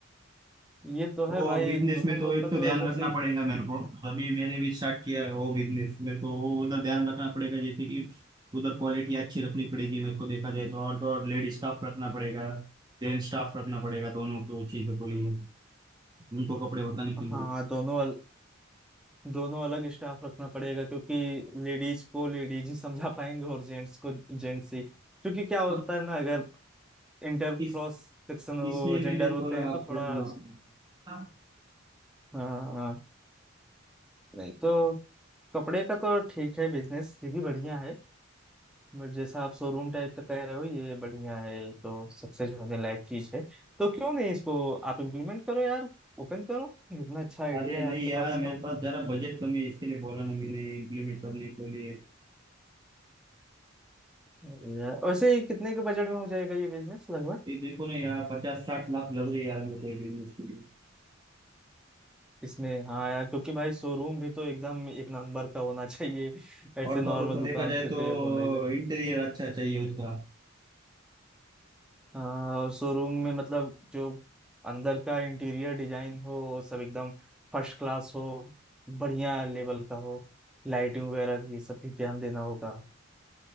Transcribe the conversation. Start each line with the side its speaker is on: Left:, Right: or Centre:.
Centre: ये तो है
Right: और
Centre: भाई
Right: बिजनेस
Centre: इन दुल्हन
Right: में तो
Centre: लोग
Right: एक
Centre: का तो
Right: तो ध्यान
Centre: ऐसा
Right: रखना
Centre: से
Right: पड़ेगा मेरे को अभी मैंने भी स्टार्ट किया है वो बिजनेस मेरे को वो उधर ध्यान रखना पड़ेगा जैसे कि उधर क्वालिटी अच्छी रखनी पड़ेगी मेरे को देखा जाए तो और तो और लेडी स्टाफ रखना पड़ेगा जेंट्स स्टाफ रखना पड़ेगा दोनों को चीजों के लिए उनको कपड़े बताने के लिए
Centre: हाँ दोनों अल, दोनों अलग स्टाफ रखना पड़ेगा क्योंकि लेडीज को लेडीज ही समझा पाएंगे और जेंट्स को जेंट्स ही क्योंकि क्या होता
Right: हाँ।
Centre: है ना अगर इंटर क्रॉस
Right: इस
Centre: सेक्शन
Right: इसलिए
Centre: जेंडर
Right: मैंने
Centre: होते
Right: बोला
Centre: हैं तो
Right: आपको
Centre: थोड़ा
Right: हाँ
Centre: हाँ हाँ नहीं तो कपड़े का तो ठीक है बिजनेस ये भी बढ़िया है बट जैसा आप शोरूम टाइप का कह रहे हो ये बढ़िया है तो सक्सेस होने लायक चीज है तो क्यों नहीं इसको आप इम्प्लीमेंट करो यार ओपन करो इतना अच्छा आइडिया
Right: अरे
Centre: है
Right: नहीं
Centre: आपके
Right: यार
Centre: पास
Right: मेरे
Centre: तो
Right: पास जरा बजट कमी है इसके लिए बोला ना मैंने इम्प्लीमेंट करने के लिए
Centre: अरे यार, वैसे ये कितने के बजट में हो जाएगा ये बिजनेस लगभग
Right: ये देखो ना यार पचास साठ लाख लग रही है यार मेरे को ये बिजनेस के लिए
Centre: इसमें हाँ यार क्योंकि भाई शोरूम भी तो एकदम एक नंबर का होना चाहिए
Right: और
Centre: ऐसे नॉर्मल
Right: तो और उसको
Centre: दुकान
Right: देखा जाए
Centre: से
Right: तो
Centre: तो ये हो नहीं
Right: इंटीरियर अच्छा चाहिए उसका
Centre: हाँ और शोरूम में मतलब जो अंदर का इंटीरियर डिजाइन हो वो सब एकदम फर्स्ट क्लास हो बढ़िया लेवल का हो लाइटिंग वगैरह भी ये सब भी ध्यान देना होगा